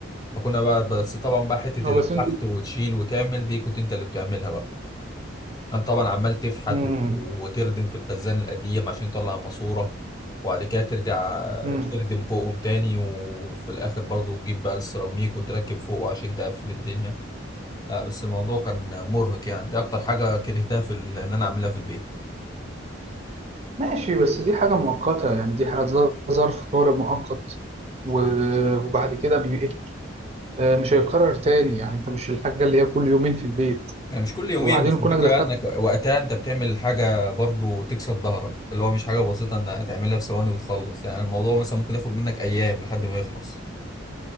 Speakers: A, on the left; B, on the right.
A: فكنا بقى بس طبعا بقى حتة
B: اه
A: الفحت
B: بس انتوا
A: وتشيل وتعمل دي كنت انت اللي بتعملها بقى انت طبعا عمال تفحت
B: امم
A: و- وتردم في الخزان القديم عشان تطلع ماسورة وبعد كده ترجع
B: امم
A: تردم فوقهم تاني وفي الاخر برضو تجيب بقى السيراميك وتركب فوقه عشان تقفل الدنيا لا بس الموضوع كان مرهق يعني ده اكتر حاجة كرهتها في ال- ان انا اعملها في البيت
B: ماشي بس دي حاجة مؤقتة يعني دي حاجة ظ- ظرف طارئ مؤقت و- وبعد كده بي إيه؟ آه، مش هيتكرر تاني يعني انت مش الحاجة اللي هي كل يومين في البيت
A: يعني مش كل يومين
B: وبعدين
A: بس
B: كونك
A: الفكرة
B: دخلت
A: بقى انك وقتها انت بتعمل حاجة برضو تكسب ظهرك اللي هو مش حاجة بسيطة انك هتعملها في ثواني وتخلص يعني الموضوع مثلا ممكن ياخد منك ايام لحد ما يخلص